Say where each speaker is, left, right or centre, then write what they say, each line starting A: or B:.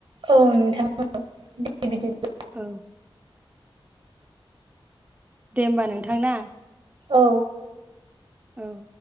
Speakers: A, on the right; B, on the right.
A: औ नोंथां औ दे बिदिब्ला।
B: औ दे होमबा नोंथां ना?
A: औ
B: औ